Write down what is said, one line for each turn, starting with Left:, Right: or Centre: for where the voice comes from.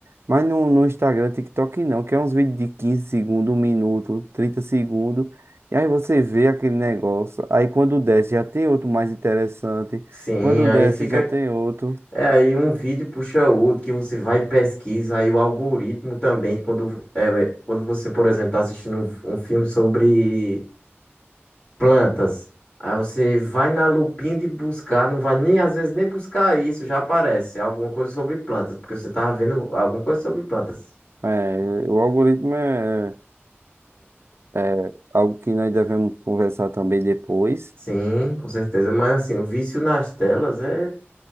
Right: Mas no, no Instagram, TikTok não, que é uns vídeos de 15 segundos, um minuto, 30 segundos, e aí você vê aquele negócio, aí quando desce já tem outro mais interessante,
Left: Sim,
Right: quando
Left: aí
Right: desce
Left: fica.
Right: já tem outro.
Left: É, aí um vídeo puxa outro que você vai e pesquisa. Aí o algoritmo também, quando, é, quando você, por exemplo, está assistindo um, um filme sobre plantas. Aí você vai na lupinha de buscar, não vai nem às vezes nem buscar isso, já aparece alguma coisa sobre plantas, porque você tava vendo alguma coisa sobre plantas.
Right: É, o algoritmo é, é, é algo que nós devemos conversar também depois.
Left: Sim, com certeza, mas assim, o vício nas telas é,